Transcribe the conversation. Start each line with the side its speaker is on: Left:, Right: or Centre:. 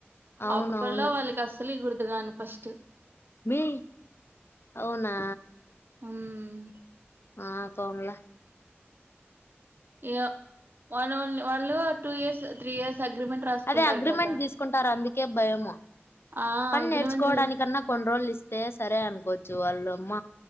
Left: అవునవును
Right: అప్పులో వాళ్ళకి అస్సలు ఇవ్వగూడదు గాను ఫస్ట్
Left: మీ అవునా
Right: ఊమ్
Left: ఆ తోంలా
Right: ఇగో వాళ్ల వల్లే వాళ్ళు two years three years agreement రాసుకుంటారు
Left: అదే అగ్రిమెంట్
Right: కదా
Left: తీసుకుంటారు అందుకే భయము
Right: ఆ
Left: పని
Right: అగ్రిమెంట్
Left: నేర్చుకోవడానికన్నా కొన్ని రోజులు ఇస్ ఇస్తే సరే అనుకోవచ్చు వాళ్ళు అమ్మ